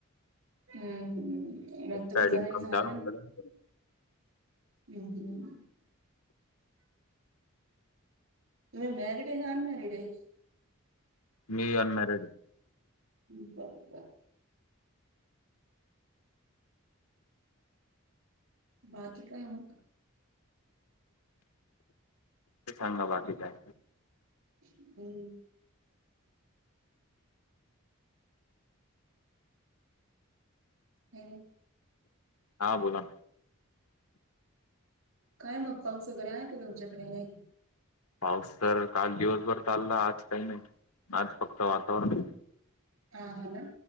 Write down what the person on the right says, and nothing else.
हम्म हम्म मग
तुम्ही जॉईन
झालं
ना
हम् हम तुम्ही मॅरिड आहे का अनमॅरिड आहे
् बर बर बाकी काय मग
हम्म <inaudible>
काय मग पाऊस वगैरे आहे का तुमच्याकडे नाही
हा ह ना